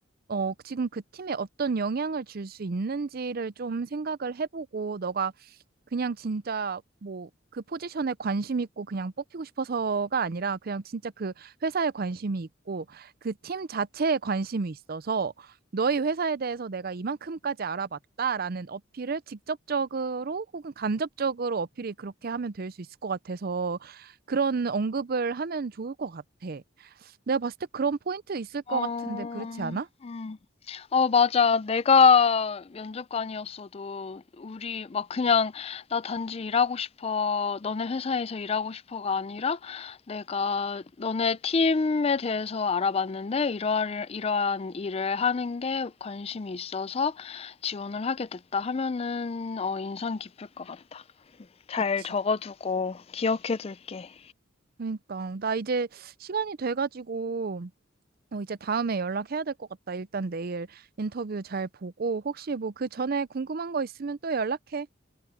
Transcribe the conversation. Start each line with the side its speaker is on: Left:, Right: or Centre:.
Right: 어, 지금 그 팀에 어떤 영향을 줄 수 있는지를 좀 생각을 해보고 너가 그냥 진짜 뭐 그 포지션에 관심 있고 그냥 뽑히고 싶어서가 아니라 그냥 진짜 그 회사에 관심이 있고 그 팀 자체에 관심이 있어서 너희 회사에 대해서 내가 이만큼까지 알아봤다라는 어필을 직접적으로 혹은 간접적으로 어필이 그렇게 하면 될 수 있을 것 같아서 그런 언급을 하면 좋을 것 같아. 내가 봤을 때 그런 포인트 있을 것
Left: 어,
Right: 같은데 그렇지 않아?
Left: 음. 어, 맞아. 내가 면접관이었어도 우리 막 그냥 나 단지 일하고 싶어. 너네 회사에서 일하고 싶어가 아니라 내가 너네 팀에 대해서 알아봤는데 이러한, 이러한 일을 하는 게 관심이 있어서 지원을 하게 됐다 하면은 어, 인상 깊을 것 같다. 잘
Right: 그치.
Left: 적어두고 기억해둘게.
Right: 그러니까 나 이제 시간이 돼가지고 어, 이제 다음에 연락해야 될 것 같다. 일단 내일 인터뷰 잘 보고, 혹시 뭐 그 전에 궁금한 거 있으면 또 연락해.